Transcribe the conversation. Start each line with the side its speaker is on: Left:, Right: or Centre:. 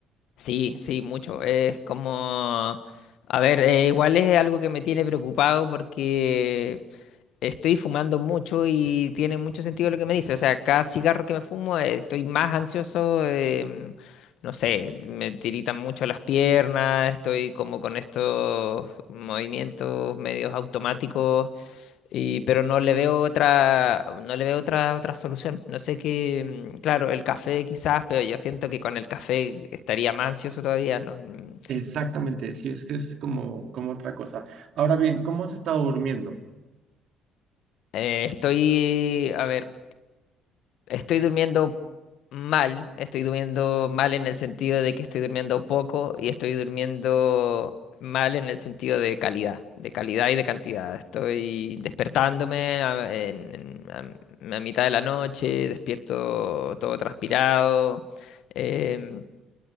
Left: Sí, sí, mucho. Es como... A ver, eh, igual es algo que me tiene preocupado porque Estoy fumando mucho y tiene mucho sentido lo que me dice. O sea, cada cigarro que me fumo, eh, estoy más ansioso. em, no sé, me tiritan mucho las piernas, estoy como con estos movimientos medios automáticos, y, pero no le veo otra, no le veo otra, otra solución. No sé qué, mm, claro, el café quizás, pero yo siento que con el café estaría más ansioso todavía. no, mm.
Right: Exactamente, sí, es que es como, como otra cosa. Ahora bien, ¿cómo has estado durmiendo?
Left: Eh, estoy, a ver. estoy durmiendo mal, estoy durmiendo mal en el sentido de que estoy durmiendo poco y estoy durmiendo mal en el sentido de calidad, de calidad y de cantidad. Estoy despertándome a, en- en- a- a mitad de la noche, despierto todo transpirado. em,